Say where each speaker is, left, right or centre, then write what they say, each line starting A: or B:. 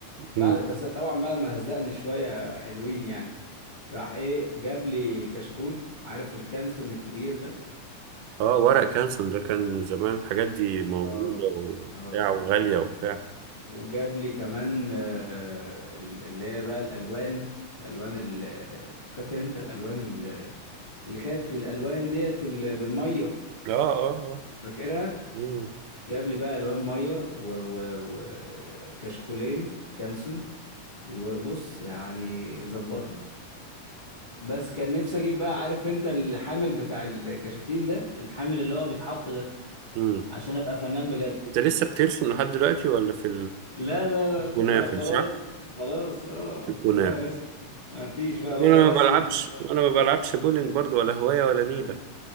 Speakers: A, on the left; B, on the right.
A: بعد
B: مم.
A: بس طبعا بعد ما هزقني شويه حلوين يعني راح ايه جاب لي كشكول عارف الكانسون الكبير ده
B: اه ورق
A: و-
B: كانسون ده كان زمان الحاجات دي موجوده
A: اه
B: وبتاع
A: اه
B: وغاليه وبتاع
A: وجاب لي كمان آه، ال- اللي هي بقى الالوان الالوان ال- فاكر انت الالوان ال- اللي كانت بالالوان ديت ال- بالميه
B: اه اه اه
A: فاكرها
B: امم
A: جاب لي بقى الوان ميه وكشكولين كانسون وبص يعني ظبطني بس كان نفسي اجيب بقى عارف انت الحامل بتاع الكشاكيل ده الحامل اللي هو بيتحط ده
B: امم
A: عشان ابقى فنان بجد
B: انت لسه بترسم لحد دلوقتي ولا في
A: لا لا لا
B: الكنافه
A: لا لا خلاص
B: صح؟
A: خلاص اه
B: الكنافه
A: ده رسم ما فيش بقى
B: وانا
A: ولا رسم
B: ما بلعبش
A: ولا بتاع.
B: وانا ما بلعبش بولينج برضو ولا هواية ولا نيلة